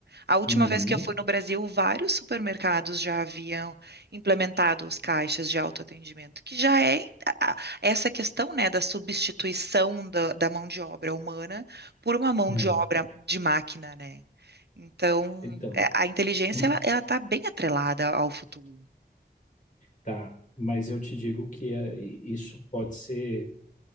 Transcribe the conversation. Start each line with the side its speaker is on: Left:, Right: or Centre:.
Right: A última
Left: Uhum.
Right: vez que eu fui no Brasil, vários supermercados já haviam implementado os caixas de autoatendimento, que já é a- essa questão, né, da substituição da, da mão de obra humana por uma mão
Left: É.
Right: de obra de máquina, né? Então,
Left: Então,
Right: é, a inteligência,
Left: ma-
Right: ela, ela está bem atrelada ao futuro.
Left: tá. Mas eu te digo que é, i- isso pode ser